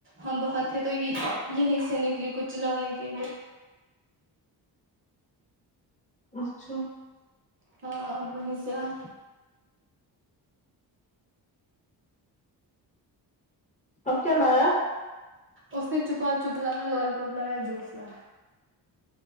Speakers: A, on the right; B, on the left.
A: ہم باہر تھے تو یہ یہیں سے نکلی کچھ لانے کے لیے
B: اچھا
A: ہاں وہ ہی سے آئی
B: اب کیا لایا
A: اس نے چپا چپ لایا لولی پاپ لایا جوس لایا